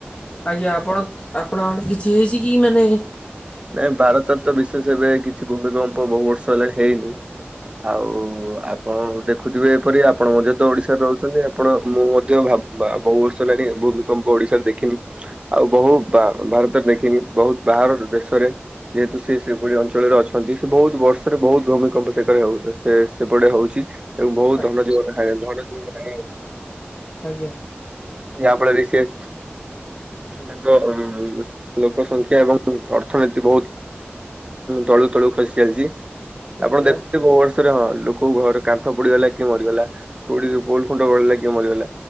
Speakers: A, on the left; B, on the right.
A: ଆଜ୍ଞା ଆପଣ ଆପଣ ଆଡେ କିଛି ହେଇଛି କି ମାନେ
B: ନାଇଁ ଭାରତର ତ ବିଶେଷ ଏବେ କିଛି ଭୂମିକମ୍ପ ବୋହୁ ବର୍ଷ ହେଲାଣି ହେଇନି। ଆଉ ଆପଣ ଗୋ ଦେଖୁଥିବେ ଏପରି ଆପଣ ମଧ୍ୟ ତ ଓଡିଶାରେ ରହୁଚନ୍ତି। ଆପଣ ମୁଁ ମଧ୍ୟ ଭାବ ବହୁ ବର୍ଷ ହେଲାଣି ଭୂମିକମ୍ପ ଓଡିଶାରେ ଦେଖିନି। ଆଉ ବହୁ ଭା ଭାରତରେ ଦେଖିନି ବହୁତ ବାହାର ଦେଶରେ। ଯେହେତୁ ସେ ସେପରି ଅଞ୍ଚଳରେ ଅଛନ୍ତି ସେ ବହୁତ ବର୍ଷରେ ବହୁତ ଭୂମିକମ୍ପ ସେକରେ ହଉ ସେ ସେପଟେ ହଉଚି। ଏବଂ ବୋହୁତ
A: ଆଜ୍ଞା
B: ଧନ ଜୀବନ ହାଏ ଧନ ଜୀବନ ହାନି ହଉଚି।
A: ଆଜ୍ଞା।
B: ଯାହା ଫଳରେ କି ସେ ତାଙ୍କ ଲୋ ଲୋକ ସଂଖ୍ୟା ଏବଂ ଅର୍ଥ ଅର୍ଥନୀତି ବୋହୁତ ତଳୁ ତଳୁ ଖସି ଚାଲିଚି ଆପଣ
A: ଆଜ୍ଞା
B: ଦେଖୁବେ ବହୁ ବର୍ଷ ଥିରେ ହଁ ଲୋକ ଘରେ କନ୍ଥ ପଡିଗଲା କିଏ ମରିଗଲା କୋଉଠିକି ପୋଲ ଖୁଣ୍ଟ ଗଳେଇଲା କିଏ ମରିଗଲା।